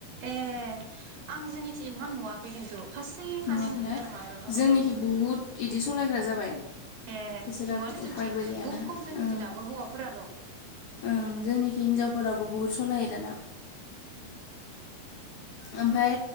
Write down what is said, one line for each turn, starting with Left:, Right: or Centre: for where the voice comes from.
Right: ए आं जोंनिथि एमान नुवाखै खिन्थु। खासे खानै
Left: नुवाखैना
Right: नुयो आरो मालाबा
Left: जोंनिखि
Right: उम
Left: बुहुद इदि सलायग्रा जाबाय
Right: ए
Left: बेसेराफो
Right: नुवानो
Left: उपायबो
Right: जोंथि
Left: गैयाना
Right: बुहुत खम जोंनिथि
Left: ओं
Right: दाबो हौवाफोराल' उम
Left: ओं जोंनिखि हिनजावफोराबो बुहुद सलायो दाना ओमफाय